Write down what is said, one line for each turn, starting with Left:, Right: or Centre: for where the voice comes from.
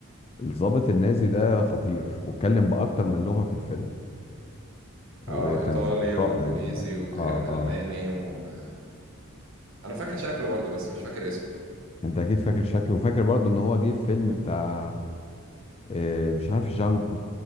Left: الضابط النازي ده خطير واتكلم بأكتر من لغة في الفيلم وتمثيله
Right: آه إيطالي وإنجليزي
Left: رائع جدا
Right: وتقريبا
Left: اه اه
Right: ألماني وأنا فاكر شكله برضو بس مش فاكر اسمه
Left: انت اكيد فاكر شكله وفاكر برضه ان هو جه في فيلم بتاع آه، مش عارف جانجو